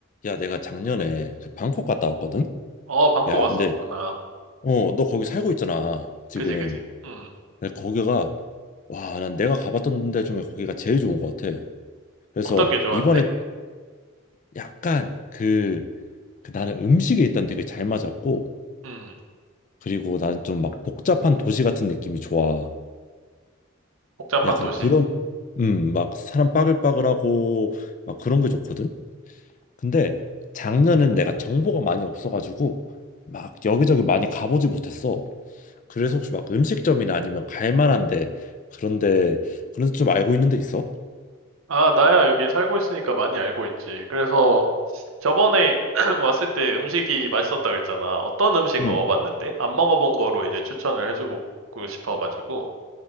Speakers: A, on the left; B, on the right.
A: 야, 내가 작년에 그 방콕 갔다 왔거든?
B: 어, 방콕
A: 야,
B: 왔었구나.
A: 음. 근데, 어, 너 거기 살고 있잖아, 지금.
B: 그지, 그지. 음.
A: 근데 거기가, 와, 난 내가 가봤던 데 중에 거기가 제일 좋은 것 같아. 그래서
B: 어떤 게 좋아한데?
A: 이번에 약간 그, 그 나는 음식이 일단 되게 잘 맞았고,
B: 음.
A: 그리고 나는 좀 막 복잡한 도시 같은 느낌이 좋아.
B: 복잡한
A: 약간
B: 도시.
A: 그런, 음, 막 사람 빠글빠글하고, 막 그런 게 좋거든? 근데 작년엔 내가 정보가 많이 없어가지고, 막 여기저기 많이 가보지 못했어. 그래서 혹시 막 음식점이나 아니면 갈 만한데 그런데 그런 데좀 알고 있는 데 있어?
B: 아, 나야 여기 살고 있으니까 많이 알고 있지. 그래서 저번에 <clears throat> 왔을 때 음식이 맛있었다 그랬잖아. 어떤 음식
A: 응.
B: 먹어봤는데? 안 먹어본 거로 이제 추천을 해주고 싶어가지고.